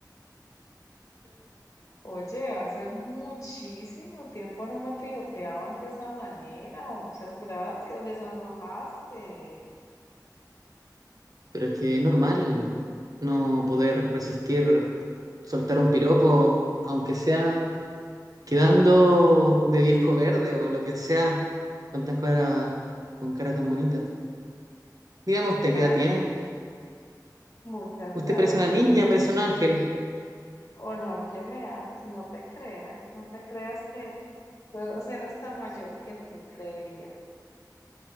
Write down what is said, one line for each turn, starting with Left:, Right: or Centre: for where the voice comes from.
Left: Oye, hace muchísimo tiempo no me piropeaban de esa manera. Muchas gracias. Me sonrojaste.
Right: Pero es que es normal no poder resistir soltar un piropo, aunque sea quedando de viejo verde o lo que sea, con tan cara, con cara tan bonita. Digamos, ¿te
Left: Ah,
Right: qué edad tienes?
Left: muchas
Right: Usted
Left: gracias.
Right: parece una niña, parece un ángel.
Left: Honor que me haces. No te creas, no te creas que puedo ser hasta mayor que tú creería.